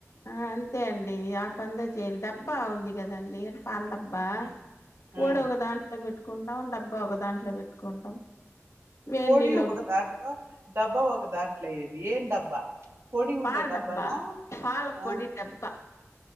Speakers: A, on the left; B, on the right.
A: ఆ అంతే అండి ఆ పందా చేయాలి బ్బా ఉంది గదా నేట్ పాలడబ్బా
B: ఆ ఆ
A: పడి ఒక దాంట్లో పెట్టు పెట్టుకుంటాం డబ్బా ఒక దాంట్లో పెట్టుకుంటాం వేడి
B: పొడి
A: నీళ్ళు
B: ఒక దాంట్లో డబ్బా ఒక దాంట్లోయం ఏ డబ్బా పొడి
A: పాల
B: ఉండే డబ్బానా
A: డబ్బా పాల
B: ఆ
A: పొడి డబ్బా